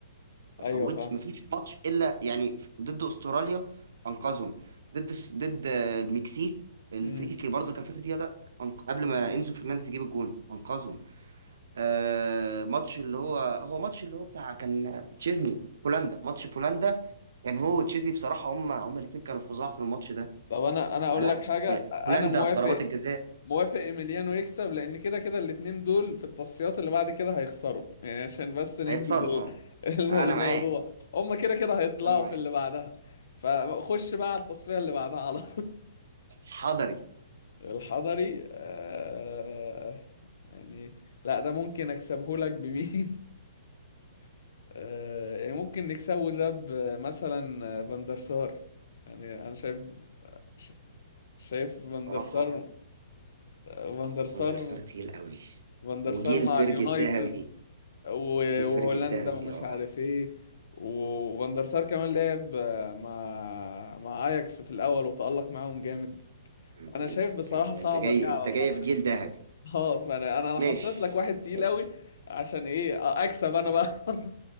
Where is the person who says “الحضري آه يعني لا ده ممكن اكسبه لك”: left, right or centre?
Left